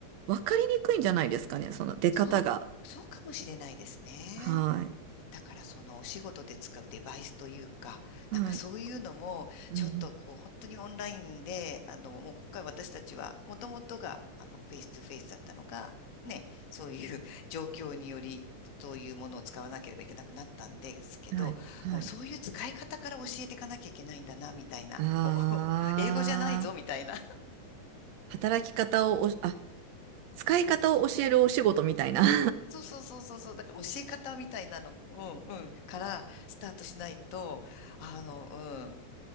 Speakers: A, on the right; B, on the left.
A: わかりにくいんじゃないですかね、その出方が。
B: そう。そうかもしれないですね。
A: はい。
B: だからそのお仕事で使うデバイスというか、
A: はい。
B: なんかそういうのも、
A: うん。
B: ちょっとこう本当にオンラインで、あの、もう今回私たちは、もともとが、あの、フェイストゥフェイスだったのが、ね、そういう <laughs> 状況により、そういうものを使わなければいけなくなったんですけど、
A: うんはい。はい。
B: もうそういう使い方から教えていかなきゃいけないんだな、みたいな、
A: ああ、
B: こう、<laughs> 英語じゃないぞ、みたいな。
A: 働き方をお、あ、使い方を教えるお仕事みたいな。<laughs>
B: そうそうそうそうそう。だから教え方みたいなの、うんうん、からスタートしないと、あの、